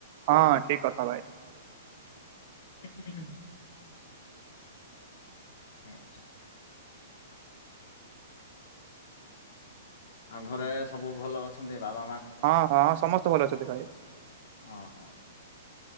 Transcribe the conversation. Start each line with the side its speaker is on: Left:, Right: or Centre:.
Right: ହଁ ଠିକ କଥା ଭାଇ।
Left: ହଁ। ହୁଁଛ। ଆଉ ଘରେ ସବୁ ଭଲ ଅଛନ୍ତି ବାବା ମା
Right: ହଁ ହଁଁ ସମସ୍ତେ ଭଲ ଅଛନ୍ତି ଭାଇ।
Left: ଓ ହଉ ହଉ।